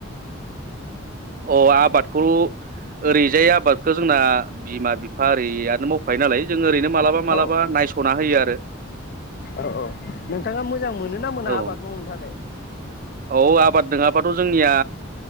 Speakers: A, on the right (about 45°); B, on the left (about 50°).
A: अ आबादखौ ओरैजाय आबादखौ जोंना बिमा बिफा ओरैयानो मावखायो नालाय जों ओरैनो मालाबा मालाबा
B: औ
A: नायस'ना होयो आरो
B: औ औ नोंथाङा मोजां मोनोना मोना
A: औ
B: आबाद मावनो थाखाय
A: औ आबाद नङाबाथ' जोंनिया